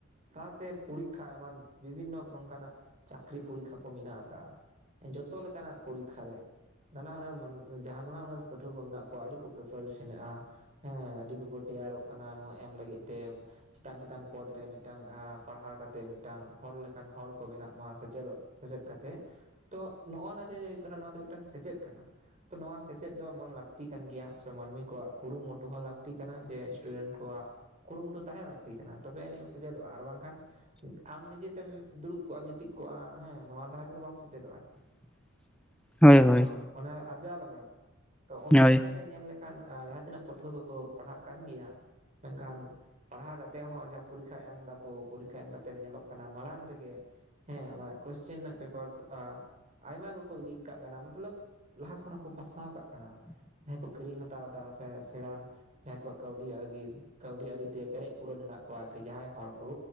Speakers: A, on the right; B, in the centre.
A: ᱥᱟᱶᱛᱮ ᱯᱚᱨᱤᱠᱠᱷᱟ ᱮᱢᱟᱱ ᱵᱤᱵᱷᱤᱱᱱᱚ ᱱᱚᱝᱠᱟᱱᱟᱜ ᱪᱟᱠᱨᱤ ᱯᱚᱨᱤᱠᱠᱷᱟ ᱠᱚ ᱢᱤᱱᱟᱜ ᱠᱟᱜᱼᱟ᱾ ᱡᱚᱛᱚ ᱞᱮᱠᱟᱱᱟᱜ ᱯᱚᱨᱤᱠᱠᱷᱟ ᱨᱮ ᱱᱟᱱᱟ ᱦᱩᱱᱟᱹᱨ ᱡᱟᱦᱟ ᱱᱟᱱᱟ ᱦᱩᱱᱟᱹᱨ ᱯᱟᱹᱴᱷᱩᱣᱟᱹ ᱠᱚ ᱢᱮᱱᱟᱜ ᱠᱚᱣᱟ, ᱟᱹᱰᱤ ᱠᱚ ᱯᱨᱤᱯᱟᱨᱮᱥᱚᱱᱮᱫᱼᱟ᱾ ᱦᱮᱸ ᱟᱹᱰᱤ ᱠᱚᱠᱚ ᱛᱮᱭᱟᱨᱚᱜ ᱠᱟᱱᱟ ᱱᱚᱣᱟ ᱮᱢ ᱞᱟᱹᱜᱤᱫ ᱛᱮ᱾ ᱪᱤᱛᱟᱱ ᱪᱤᱛᱟᱱ ᱯᱚᱫ ᱨᱮ ᱢᱤᱫᱴᱟᱝ ᱯᱟᱲᱦᱟᱣ ᱠᱟᱛᱮᱜ ᱢᱤᱫᱴᱟᱝ ᱦᱚᱲ ᱞᱮᱠᱟᱱ ᱦᱚᱲ ᱠᱚ ᱵᱮᱱᱟᱜ ᱢᱟ, ᱥᱮᱪᱮᱫᱚᱜ ᱥᱮᱪᱮᱫ ᱠᱟᱛᱮᱜ ᱛᱚ ᱱᱚᱜᱼᱱᱟ ᱡᱮ ᱦᱩᱭᱩᱜ ᱠᱟᱱᱟ ᱱᱚᱣᱟ ᱫᱚ ᱢᱤᱫᱴᱟᱝ ᱥᱮᱪᱮᱫ ᱠᱟᱱᱟ, ᱛᱚ ᱱᱚᱣᱟ ᱥᱮᱪᱮᱫ ᱫᱚ ᱢᱚᱱ ᱞᱟᱹᱠᱛᱤ ᱠᱟᱱ ᱜᱮᱭᱟ ᱥᱮ ᱢᱟᱹᱱᱢᱤ ᱠᱚᱣᱟᱜ ᱠᱩᱨᱩᱢᱩᱴᱩ ᱦᱚᱸ ᱞᱟᱹᱠᱛᱤ ᱠᱟᱱᱟ, ᱡᱮ ᱥᱴᱩᱰᱮᱱᱴ ᱠᱚᱣᱟᱜ ᱠᱩᱨᱩᱢᱩᱴᱩ ᱛᱟᱦᱮᱸ ᱞᱟᱹᱠᱛᱤ ᱠᱟᱱᱟ ᱛᱚᱵᱮ ᱟᱹᱱᱤᱡᱢ ᱥᱮᱪᱮᱫᱚᱜᱼᱟ, ᱟᱨ ᱵᱟᱝᱠᱷᱟᱱ ᱟᱢ ᱱᱤᱡᱮᱛᱮᱢ ᱫᱩᱲᱩᱵ ᱠᱚᱜᱼᱟ ᱜᱤᱛᱤᱡ ᱠᱚᱜᱼᱟ ᱦᱮᱸ ᱱᱚᱣᱟ ᱫᱟᱨᱟᱭ ᱛᱮᱫᱚ ᱵᱟᱢ ᱥᱮᱪᱮᱫᱚᱜᱼᱟ ᱟᱨᱠᱤ᱾
B: <unintelligible> ᱦᱳᱭ
A: ᱛᱚ ᱚᱱᱮ ᱟᱨᱡᱟᱣ ᱞᱟᱜᱟᱣ ᱵᱚᱱᱟ ᱛᱚ ᱚᱱᱠᱟ
B: ᱦᱳᱭ
A: ᱞᱮᱠᱟᱛᱮ ᱧᱮᱞ ᱞᱮ ᱠᱷᱟᱱ ᱟᱸ ᱡᱟᱦᱟᱸ ᱛᱤᱱᱟᱹᱜ ᱯᱟᱹᱴᱷᱩᱣᱟᱹ ᱠᱚᱠᱚ ᱯᱟᱲᱦᱟᱜ ᱠᱟᱱ ᱜᱮᱭᱟ ᱢᱮᱱᱠᱷᱟᱱ ᱯᱟᱲᱦᱟᱣ ᱠᱟᱛᱮ ᱦᱚᱸ ᱡᱟᱦᱟᱸ ᱯᱚᱨᱤᱠᱠᱷᱟ ᱮᱢ ᱫᱟᱠᱚ ᱯᱚᱨᱤᱠᱠᱷᱟ ᱮᱢ ᱠᱟᱛᱮᱜ ᱧᱮᱞᱚᱜ ᱠᱟᱱᱟ ᱢᱟᱲᱟᱝ ᱨᱮᱜᱮ ᱦᱮᱸ ᱚᱱᱟ ᱠᱚᱥᱪᱮᱱ ᱨᱮᱱᱟᱜ ᱯᱮᱯᱟᱨ ᱠᱚ ᱟ ᱟᱭᱢᱟ ᱜᱮᱠᱚ ᱞᱤᱠ ᱠᱟᱜ ᱠᱟᱱᱟ ᱢᱚᱛᱞᱚᱵ ᱞᱟᱦᱟ ᱠᱷᱚᱱᱚ ᱦᱚᱸ ᱠᱚ ᱯᱟᱥᱱᱟᱣ ᱠᱟᱜ ᱠᱟᱱᱟ, ᱡᱟᱦᱟᱸᱭ ᱠᱚ ᱠᱤᱨᱤᱧ ᱦᱟᱛᱟᱣ ᱫᱟ ᱥᱮ ᱥᱮᱬᱟᱱ ᱡᱟᱦᱟᱸᱭ ᱠᱚᱣᱟᱜ ᱠᱟᱹᱣᱤ ᱟᱣᱜᱤ ᱠᱟᱹᱣᱰᱤ ᱟᱹᱨᱤᱛᱮ ᱯᱮᱨᱮᱡ ᱯᱩᱨᱚᱱ ᱦᱮᱱᱟ ᱠᱚᱣᱟ ᱟᱨᱠᱤ ᱡᱟᱦᱟᱸᱭ ᱦᱚᱲ ᱠᱚ,